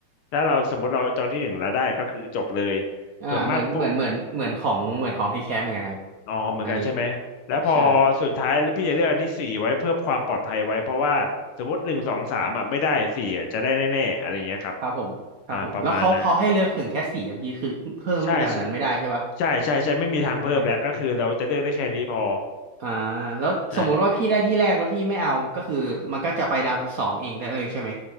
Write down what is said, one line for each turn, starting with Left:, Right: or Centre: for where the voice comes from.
Left: ถ้าเราสมมติเราจองที่หนึ่งแล้วได้ก็คือจบเลย
Right: อ่าเหมือนเหมือนเหมือนเหมือนของเหมือนของทคแคสเหมือนกันครับ
Left: ส่วนมากพวกอ๋อเหมือนกันใช่ไหมแล้วพอสุดท้ายพี่จะเลือกอันที่สี่ไว้เพื่อความปลอดภัยไว้เพราะว่าสมมติหนึ่งสองสามอ่ะไม่ได้สี่อะจะได้แน่ๆอะไรอย่างเงี้ยครับ
Right: อันนี้ใช่ครับผมครับผมแล้วเขาเขาให้เลือกขึงแค่สี่อะพี่คือเพิ่มมาจากนั้นไม่ได้ใช่ปะ
Left: อ่าประมาณนั้น ใช่ใช่ใช่ใช่ใช่ไม่มีทางเพิ่มแล้วก็คือเราจะเลือกได้แค่นี้พอ
Right: ใช่อ่าแล้วสมมุติว่าพี่ได้ที่แรกแล้วพี่ไม่เอาก็คือมันก็จะไปดาวสองเองได้เลยใช่ไหม
Left: ใช่